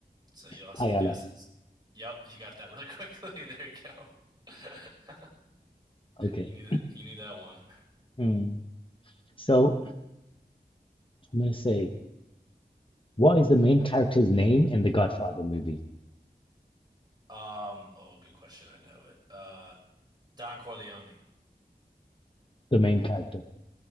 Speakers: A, on the right; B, on the left.
A: So you'll have
B: paella.
A: some guesses. Yep, you got that really <laughs> quickly. There you go. <laughs>
B: Okay.
A: You knew that you knew that one.
B: Mm. So I'm gonna say, what is the main character's name in the Godfather movie?
A: Um, oh, good question. I know it. Uh, Don Corleone.
B: The main character.